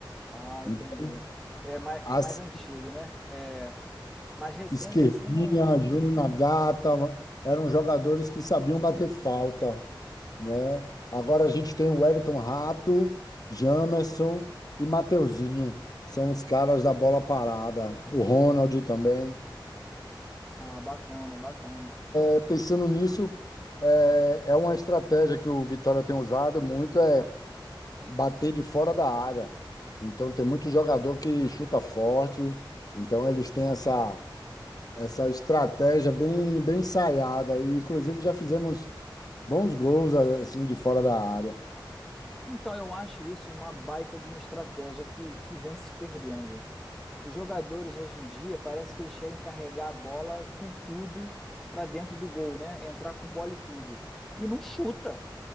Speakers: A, in the centre; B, on the left.
A: Ah, entendi.
B: E quatro. E
A: É mais,
B: as
A: é mais antigo, né? É, mais recente
B: Esquerdinha,
A: assim não, não-
B: Júnior Nagata, eram jogadores que sabiam bater falta, né? Agora a gente tem o Wellington Rato, Jamerson e Mateuzinho. São os caras da bola parada. O Ronald também.
A: Ah, bacana, bacana.
B: É, pensando nisso, é, é uma estratégia que o Vitória tem usado muito, é bater de fora da área. Então tem muito jogador que chuta forte. Então eles têm essa Essa estratégia bem, bem ensaiada. E, inclusive, já fizemos bons gols assim de fora da área.
A: Então, eu acho isso uma baita de uma estratégia que, que vem se perdendo. Os jogadores hoje em dia parece que eles querem carregar a bola com tudo para dentro do gol, né? Entrar com bola e tudo. E não chuta.